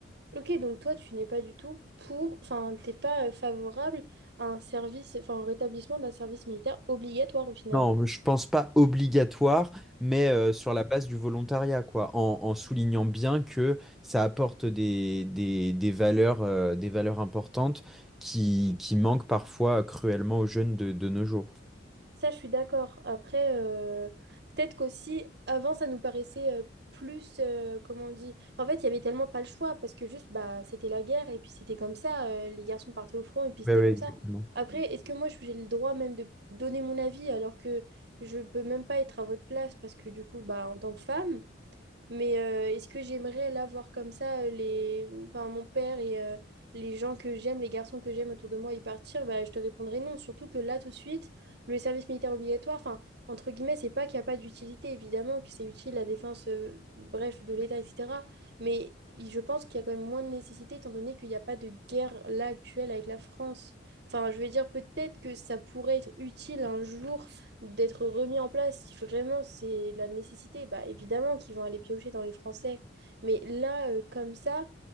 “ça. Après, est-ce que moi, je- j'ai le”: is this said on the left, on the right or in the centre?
Right